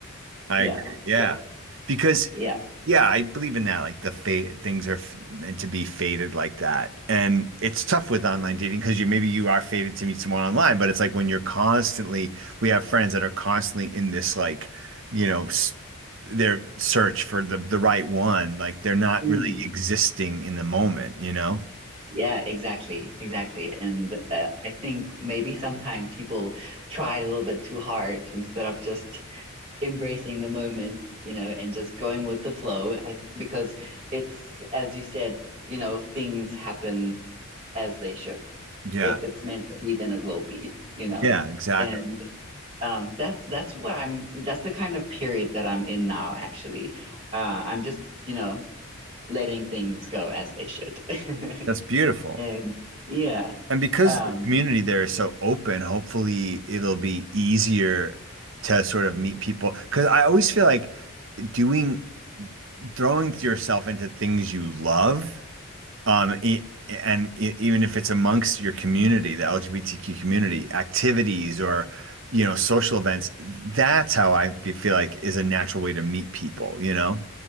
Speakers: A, on the right (about 55°); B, on the right (about 25°).
A: I
B: Yeah.
A: agree. Yeah,
B: Yeah.
A: because
B: Yeah.
A: yeah, I believe in that. Like the fate, things are f meant to be fated like that, and it's tough with online dating because you maybe you are fated to meet someone online, but it's like when you're constantly. We have friends that are constantly in this like, you know, s their search for the the right one. Like they're not
B: Mm.
A: really existing in the moment, you know?
B: Yeah, exactly. Exactly. And uh, I think maybe sometimes people try a little bit too hard instead of just embracing the moment, you know, and just going with the flow I, because it's, as you said, you know, things happen as they should.
A: Yeah.
B: If it's meant to be, then it will be, you know.
A: Yeah, exactly.
B: And um, that's that's what I'm. That's the kind of period that I'm in now. Actually, uh, I'm just you know letting things go as they should. <laughs>
A: That's beautiful.
B: And yeah,
A: And because
B: um,
A: the community there is so open, hopefully it'll be easier to sort of meet people. Because I always feel like doing, throwing yourself into things you love, um, e- and e- even if it's amongst your community, the LGBTQ community, activities or, you know, social events, that's how I be- feel like is a natural way to meet people, you know?